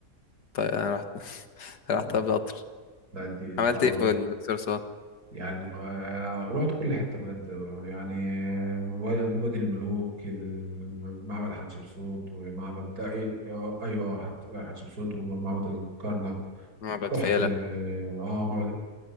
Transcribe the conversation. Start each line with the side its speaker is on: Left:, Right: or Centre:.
Left: طيب انا رحت <laughs>
Right: مم.
Left: رحت قطر
Right: لا دي
Left: عملت
Right: صعبة
Left: ايه في
Right: أوي
Left: الاقصر اسوان
Right: يعني آه، رحت كل حتة بجد يعني واد- وادي الملوك الم- معبد حتشبسوت ومعبد لا، إيه، آه، أيوه حت- حتشبسوت ومعبد الكرنك
Left: معبد
Right: رحت
Left: فيلة
Right: اه آه، معبد